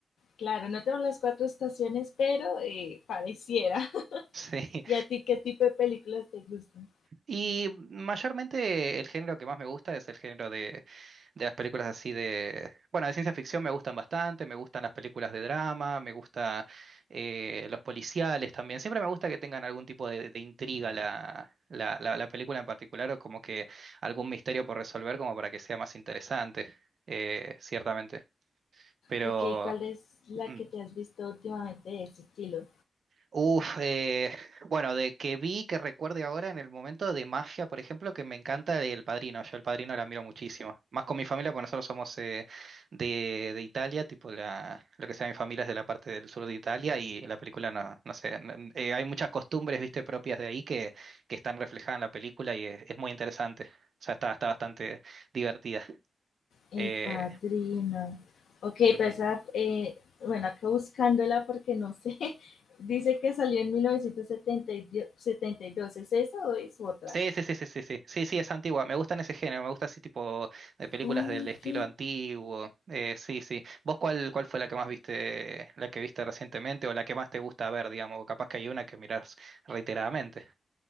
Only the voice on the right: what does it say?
<laughs> Sí.
Y mayormente el género que más me gusta es el género de, de las películas así de... Bueno, de ciencia ficción me gustan bastante, me gustan las películas de drama, me gusta eh, los policiales también. Siempre me gusta que tengan algún tipo de, de intriga la, la, la, la película en particular o como que algún misterio por resolver como para que sea más interesante, eh, ciertamente. Pero...
mm.
Uf, eh, bueno, de que vi, que recuerde ahora en el momento de magia, por ejemplo, que me encanta El Padrino. Yo El Padrino la miro muchísimo. Más con mi familia, porque nosotros somos eh, de, de Italia, tipo la, lo que sea mi familia es de la parte del sur de Italia y la película no, no sé, n- eh, hay muchas costumbres, viste, propias de ahí que, que están reflejadas en la película y es, es muy interesante. O sea, está, está bastante divertida.
Eh,
ujú.
Sí, sí, sí, sí, sí, sí, sí, sí, es antigua. Me gustan ese género, me gusta ese tipo de películas
del estilo antiguo. Eh, sí, sí. ¿Vos cuál, cuál fue la que más viste, la que viste recientemente o la que más te gusta ver, digamos? Capaz que hay una que mirás reiteradamente.